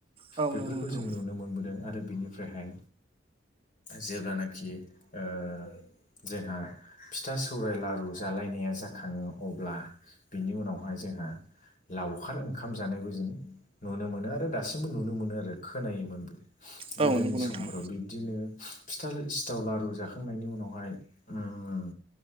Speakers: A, on the right; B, on the left.
A: औ
B: बेफोरखौ
A: नंगौ नोंथां
B: जों नुनो मोनबोदों आरो बेनिफ्रायहाय जेब्लानाखि ओ जोंहा फिथा सौराय लारु जालायनाया जाखाङो अब्ला बिनि उनावहाय जों जों लावखार ओंखाम जानायबो जों नुनो मोनो आरो दासिमबो नुनो मोनो आरो खोनायोमोनबो
A: औ
B: गोदोनि
A: नंगौ नोंथां
B: समफोराव बिब्दिनो फिथा सिथाव लारु जाखांनायनि उनावहाय ओम